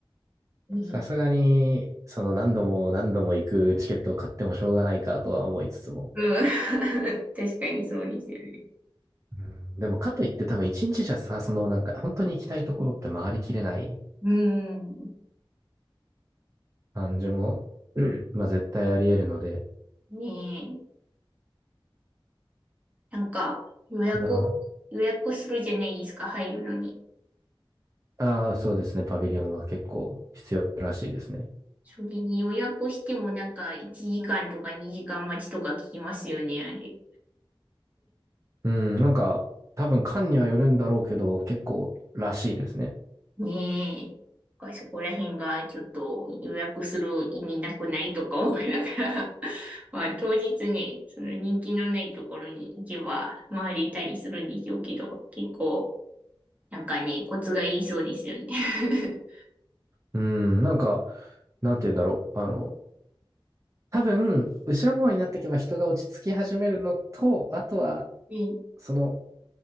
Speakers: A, on the right (about 15°); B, on the right (about 35°).
A: ね
B: さすがに、その何度も何度も行くチケットを買ってもしょうがないかとは思いつつも。
A: うん。<laughs> 確かにそうですよね。
B: うんでもかといって多分一日じゃさ、そのなんか本当に行きたいところって回りきれない
A: うーん。
B: 感じも、<clears throat> まあ絶対あり得るので、
A: ねえ。なんか、予約を、
B: な
A: 予約するじゃないですか、入るのに。
B: ああ、そうですね、パビリオンは結構必要らしいですね。
A: それに予約してもなんか1時間とか2時間待ちとか聞きますよね、あれ。
B: うん、なんか多分館にはよるんだろうけど、結構らしいですね。
A: ねえ。なんかそこら辺がちょっと予約する意味なくないとか思いながら <laughs> まあ当日ね、その人気のないところに行けば回れたりするんでしょうけど、結構なんかね、コツがいいそうですよね。<laughs>
B: うん、なんか、なんて言うんだろう。あの、多分、後ろの方になっていけば人が落ち着き始めるのと、あとは、
A: ね、
B: その、